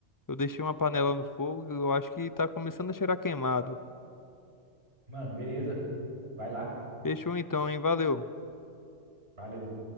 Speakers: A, on the left; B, on the right.
A: Eu deixei uma panela no fogo, eu acho que tá começando a cheirar queimado.
B: mano, beleza, vai lá.
A: Fechou então, hein? Valeu.
B: Valeu.